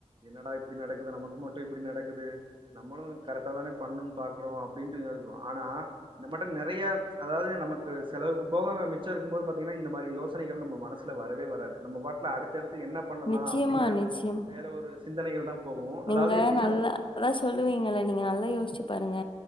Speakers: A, on the right; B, on the left.
A: என்னடா இப்டி நடக்குது நமக்கு மட்டு இப்டி நடக்குது நம்மளு கரெக்டா தானே பண்ணும்னு பாக்குறோ அப்டின்னுட்டு ஆனா இந்த மட்டு நெறைய அதாவது நமக்கு செலவுக்கு போகாம மிச்ச இருக்கும் போது பார்த்தீங்கன்னா இந்த மாரி யோசனைகள் நம்ம மனசுல வரவே வராது நம்ம பாட்ல அடுத்தடுத்து என்ன பண்ணலா
B: நிச்சயமா
A: அப்டிங்கிற
B: நிச்சயம்
A: வே வேற ஒரு சிந்தனைகள் தா போகு அதாவது
B: நீங்க
A: எப்டின்னா
B: நல்லா அதா சொல்லுவீங்களா நீங்க நல்லா யோசிச்சு பாருங்க